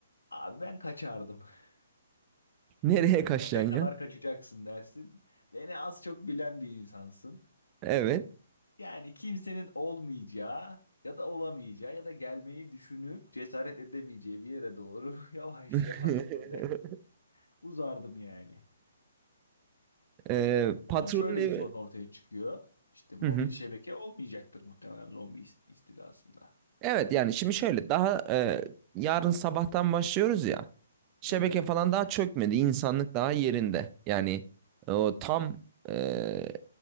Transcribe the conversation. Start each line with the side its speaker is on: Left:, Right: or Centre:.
Left: Abi ben kaçardım. <laughs>
Right: Nereye kaçacaksın
Left: Ne kadar
Right: ya?
Left: kaçacaksın dersin. Beni az çok bilen bir insansın.
Right: Evet.
Left: Yani kimsenin olmayacağı ya da olamayacağı ya da gelmeyi düşünüp cesaret edemeyeceği bir yere doğru <laughs> yavaş
Right: <laughs>
Left: yavaş böyle uzardım yani.
Right: E, patronun
Left: Ama şöyle
Right: evi.
Left: bir sorun ortaya çıkıyor. İşte mobil
Right: Hı hı.
Left: şebeke olmayacaktır muhtemelen zombi ist- istilasında.
Right: Evet yani şimdi şöyle daha e, yarın sabahtan başlıyoruz ya. şebeke
Left: Evet.
Right: falan daha çökmedi. İnsanlık daha yerinde. Yani e, o tam e,